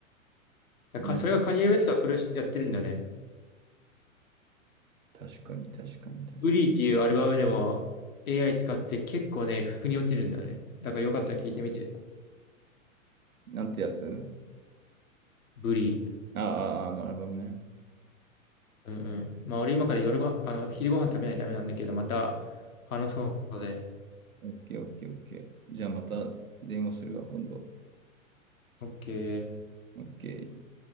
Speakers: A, on the left; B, on the right.
A: だからかそれがカニエ・
B: うん。
A: ウェストはそれをやってるんだよね。
B: 確かに、確かに、確か
A: ウリーっていうアルバムでも AI 使って結構ね、腑に落ちるんだよね。だからよかったら聞いてみて。
B: に。なんてやつ
A: ブリー。
B: ああ、ああのアルバムね。
A: うんうん。まあ俺今から夜ご、あの、昼ご飯食べないとダメなんだけど、また話そうので。
B: オッケー、オッケー、オッケー。じゃあまた電話するわ、今度。
A: オッケー。
B: オッケー。